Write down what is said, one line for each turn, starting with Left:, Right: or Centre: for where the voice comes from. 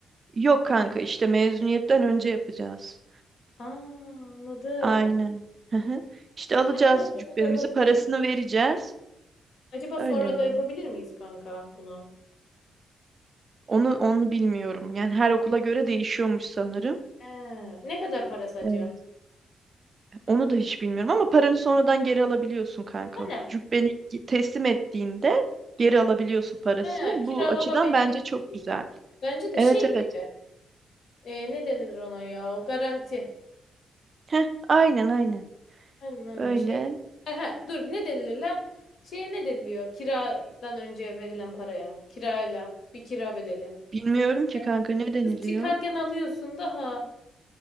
Right: Yok kanka işte mezuniyetten önce yapacağız.
Left: Ha anladım.
Right: Aynen. Hı hı. İşte alacağız
Left: Acaba sonra
Right: cübbemizi,
Left: da yapabilir
Right: parasını
Left: miyiz?
Right: vereceğiz.
Left: Acaba
Right: Öyle.
Left: sonra
Right: yani.
Left: da yapabilir miyiz kanka bunu?
Right: Onu onu bilmiyorum. Yani her okula göre değişiyormuş sanırım.
Left: He, ne kadar parası acaba?
Right: Evet. Onu da hiç bilmiyorum ama paranı sonradan geri alabiliyorsun kanka.
Left: Ha, ne?
Right: Cübbeni teslim ettiğinde geri alabiliyorsun parasını.
Left: He, kiralama
Right: Bu açıdan
Left: bedeli
Right: bence çok
Left: gibi.
Right: güzel.
Left: Bence de
Right: Evet
Left: şey
Right: evet.
Left: gibi. E, ne denilir ona ya? O garanti.
Right: Heh, aynen aynen.
Left: Aynen aynen
Right: Öyle.
Left: şey gibi. Ehe, dur ne denilir la? Şeye ne deniliyor? Kiradan önce verilen paraya. Kirayla. Bir kira bedeli.
Right: Bilmiyorum
Left: Sonra çıkarken
Right: ki kanka ne deniliyor?
Left: Kız çıkarken alıyorsun daha.